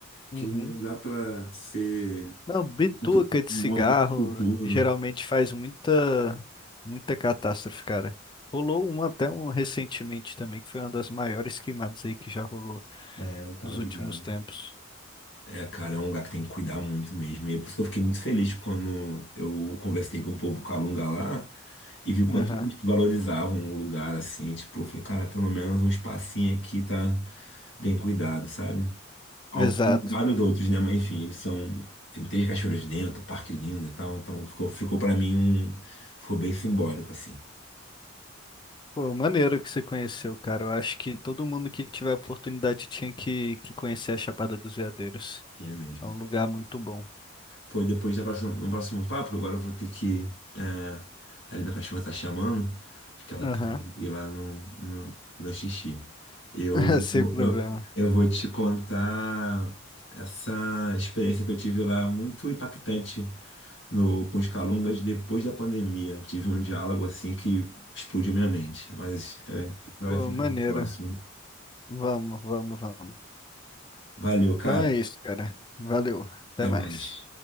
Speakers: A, on the left; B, on the left.
A: Uhum.
B: que não dá pra ser
A: Não, bituca
B: muito,
A: de
B: muito,
A: cigarro
B: muito duro.
A: geralmente faz muita, muita catástrofe, cara. Rolou uma até um recentemente também, que foi uma das maiores queimadas aí que já rolou
B: É, eu tava
A: nos
B: ligado.
A: últimos tempos.
B: É, cara, é um lugar que tem que cuidar muito mesmo. E é por isso que eu fiquei muito feliz quando eu conversei com o povo Calunga lá e vi o quanto
A: Aham.
B: eles valorizavam o lugar, assim. Tipo, eu falei, cara, pelo menos um espacinho aqui tá bem cuidado, sabe? Al-
A: Exato.
B: Vários outros, né? Mas enfim, eles são. Tem três cachoeiras dentro, parque lindo e tal. Então ficou, ficou para mim um. Ficou bem simbólico, assim.
A: Pô, maneiro que você conheceu, cara. Eu acho que todo mundo que tiver a oportunidade tinha que, que conhecer a Chapada dos Veadeiros.
B: Tinha mesmo.
A: É um lugar muito bom.
B: Pô, depois no próximo, no próximo papo, agora eu vou ter que. É, ali minha cachorra tá chamando, acho que ela
A: Aham,
B: quer ir lá no, no, fazer xixi. Eu,
A: <laughs> Sem problema.
B: eu, eu vou te contar essa experiência que eu tive lá, muito impactante no, com os Calungas depois da pandemia. Tive um diálogo assim que explodiu minha mente, mas é, vai
A: Pô,
B: ficar
A: maneiro.
B: no próximo.
A: Vamos, vamos, vamos.
B: Valeu, cara.
A: Então é isso, cara. Valeu. Até
B: Até
A: mais.
B: mais.